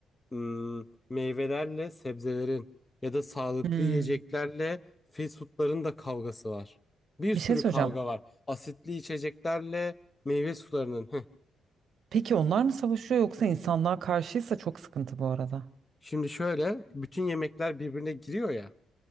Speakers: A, on the left; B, on the right.
A: Hmm, meyvelerle sebzelerin ya da sağlıklı
B: Hmm.
A: yiyeceklerle fast foodların da kavgası var. Bir
B: Bir
A: sürü
B: şey söyleyeceğim.
A: kavga var. Asitli içeceklerle meyve sularının. Hıh.
B: Peki onlar mı savaşıyor yoksa insanlığa karşıysa çok sıkıntı bu arada.
A: Şimdi şöyle bütün yemekler birbirine giriyor ya.